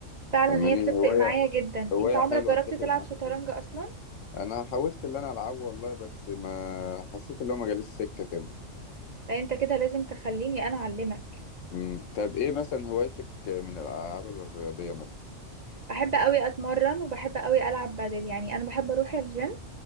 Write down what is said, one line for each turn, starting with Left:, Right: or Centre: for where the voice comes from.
Right: فعلا
Left: فاهماني
Right: هي بتفرق
Left: هواية
Right: معايا جدا
Left: هواية
Right: انت عمرك
Left: حلوة
Right: جربت
Left: اتفق
Right: تلعب
Left: معاك
Right: شطرنج
Left: فيها
Right: اصلا
Left: انا حاولت اللي انا العبه والله بس ما حسيت اللي هو ما جاليش سكة كده
Right: لا انت كده لازم تخليني انا اعلمك
Left: امم طب ايه مثلا هوايتك من الالعاب الرياضية مثلا
Right: بحب قوي اتمرن وبحب قوي العب بدل يعني انا بحب اروح الجيم